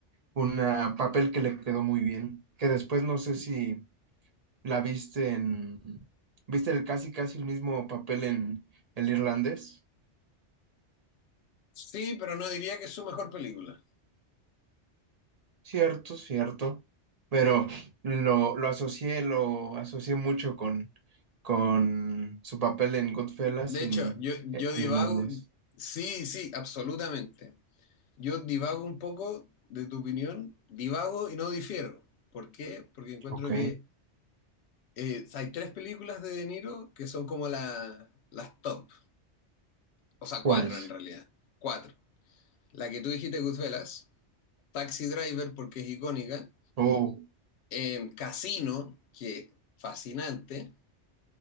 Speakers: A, on the right (about 40°); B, on the left (about 70°).
A: una papel que le quedó muy bien. Que después no sé si la viste en, viste el casi casi el mismo papel en el irlandés.
B: Sí, pero no diría que es su mejor película.
A: Cierto, cierto. Pero lo, lo asocié, lo asocié mucho con, con su papel en Goodfellas
B: De
A: y
B: hecho,
A: en
B: yo,
A: el
B: yo divago,
A: irlandés.
B: sí, sí, absolutamente. Yo divago un poco de tu opinión, divago y no difiero. ¿Por qué? Porque encuentro
A: Ok.
B: que eh, hay tres películas de De Niro que son como la- las top, o sea,
A: ¿Cuáles?
B: cuatro en realidad, cuatro. la que tú dijiste, Goodfellas, Taxi Driver, porque es icónica,
A: Oh,
B: eh, Casino, que fascinante,